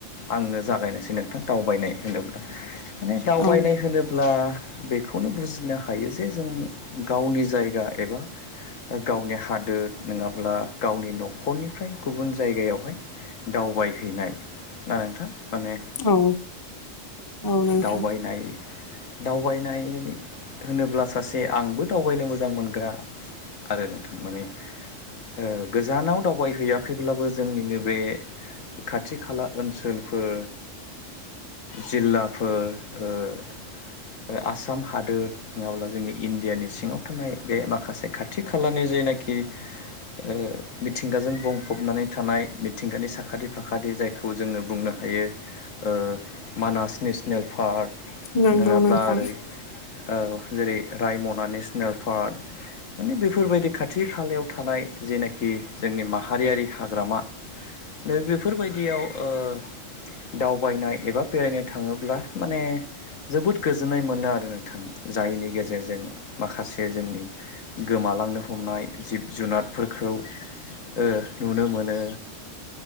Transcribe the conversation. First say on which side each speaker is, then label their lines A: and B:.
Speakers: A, on the left; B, on the left.
A: आंनो जागायनोसै नोंथां दावबायनाय होनोब्ला माने दावबायनाय
B: औ
A: होनोब्ला बेखौनो बुजिनो हायो जे जों गावनि जायगा एबा गावनि हादोर नङाब्ला गावनि न'खरनिफ्राय गुबुन जायगायावहाय दावबायहैनाय ना नोंथां माने
B: औ औ नोंथां
A: दावबायनाय दावबायनाय होनोब्ला सासे आंबो दावबायनो मोजां मोनग्रा आरो नोंथां माने ओ गोजानाव दावबायहैयाखैब्लाबो जोंनिनो बे खाथि खाला ओनसोलफोर जिललाफोर ओ आसाम हादोर नङाब्ला जोंनि इण्डियानि सिङाव थानाय बे माखासे खाथि खालानि जा जायनाखि ओ मिथिंगाजों बुंफबनानै थानाय मिथिंगानि साखाथि फाखाथि जायखौ जोङो बुंनो हायो ओ मानास नेसनेल पार्क
B: नंगौ
A: नङाब्ला
B: नोंथां
A: ओरै ओ एरै रायमना नेसनेल पार्क माने बेफोरबायदि खाथि थि खालायाव थानाय जेनाखि जोंनि माहारियारि हाग्रामा बेफोर बायदियाव ओ दावबायनाय एबा बेरायनो थाङोब्ला माने जोबोद गोजोननाय मोनो आरो नोंथां जायनि गेजेरजों माखासे जोंनि गोमा लांनो हमनाय जिब जुनारफोरखौ ओ नुनो मोनो